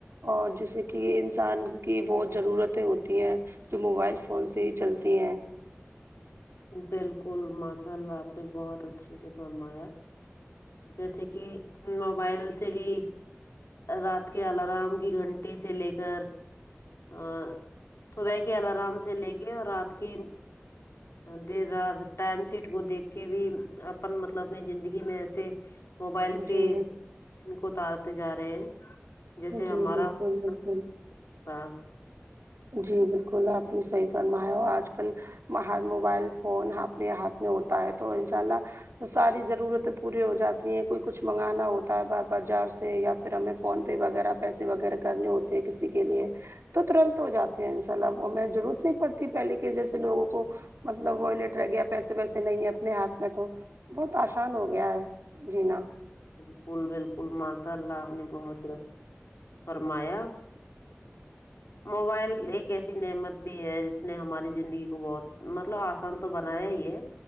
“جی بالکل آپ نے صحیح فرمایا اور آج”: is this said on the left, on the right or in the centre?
Right